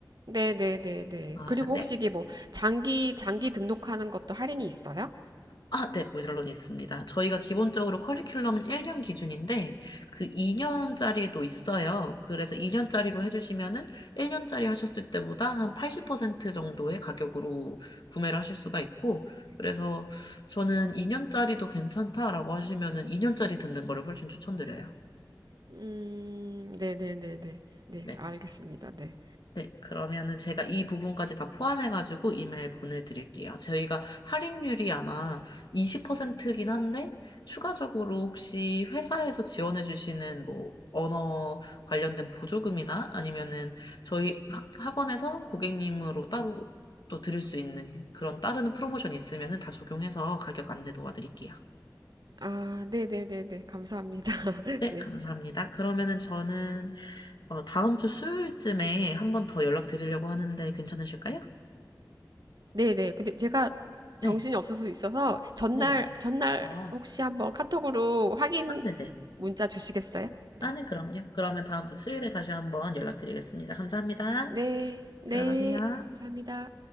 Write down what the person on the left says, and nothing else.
아,
네.
아, 네, 물론 있습니다. 저희가 기본적으로 커리큘럼은 1년 기준인데, 그 2년짜리도 있어요. 그래서 2년짜리로 해주시면은 1년짜리 하셨을 때보다 한 80% 정도의 가격으로 구매를 하실 수가 있고, 그래서 저는 2년짜리도 괜찮다라고 하시면은 2년짜리 듣는 거를 훨씬 추천드려요.
네.
네, 그러면은 제가 이 부분까지 다 포함해가지고 이메일 보내드릴게요. 저희가 할인율이 아마 20%긴 한데, 추가적으로 혹시 회사에서 지원해주시는 뭐, 언어 관련된 보조금이나 아니면은 저희 학- 학원에서 고객님으로 따로 또 드릴 수 있는 그런 따르는 프로모션이 있으면은 다 적용해서 가격 안내 도와드릴게요.
네,
감사합니다. 그러면은 저는 어, 다음 주 수요일쯤에 한번 더 연락드리려고 하는데 괜찮으실까요?
네.
네네.
아,
아, 네네.
아, 네, 그럼요. 그러면 다음 주 수요일에 다시 한번 연락드리겠습니다. 감사합니다.
들어가세요.